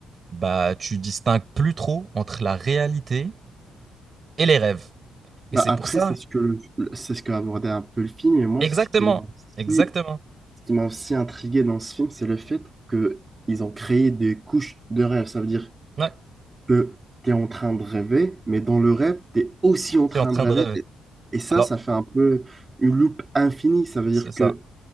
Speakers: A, on the right (about 45°); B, on the right (about 25°).
A: bah, tu distingues plus trop entre la réalité et les rêves. Et
B: Bah
A: c'est
B: après,
A: pour ça
B: c'est ce que le- c'est ce qu'a abordé un peu le film. Et moi,
A: Exactement,
B: ce qui m'a aussi,
A: exactement.
B: ce qui m'a aussi intrigué dans ce film, c'est le fait que ils ont créé des couches de rêve. Ça veut dire
A: Ouais,
B: que tu es en train de rêver, mais dans le rêve, tu es aussi en
A: je
B: train
A: suis en train
B: de rêver.
A: de rêver.
B: Et et ça,
A: Alors,
B: ça fait un peu une loupe infinie. Ça veut
A: c'est
B: dire
A: ça.
B: que,